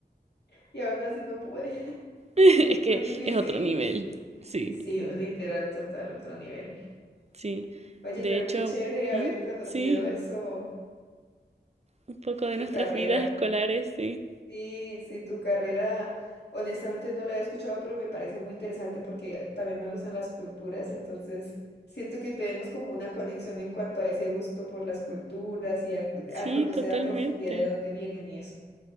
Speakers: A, on the left; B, on the right.
A: <laughs> y aún así no pude.
B: <laughs> Es que
A: Muy difícil.
B: es otro nivel. Sí,
A: Sí, literal, total, otro nivel.
B: sí.
A: Oye,
B: De
A: pero
B: hecho,
A: qué chévere
B: ¿mm?
A: haber conocido
B: sí,
A: eso,
B: un poco de
A: tu
B: nuestras
A: carrera.
B: vidas escolares, sí.
A: Sí, sí, tu carrera, honestamente no la había escuchado, pero me parece muy interesante porque también me gustan las culturas, entonces siento que tenemos como una conexión en cuanto a ese gusto por las culturas y a,
B: Sí,
A: a conocer
B: totalmente.
A: a profundidad de dónde vienen y eso.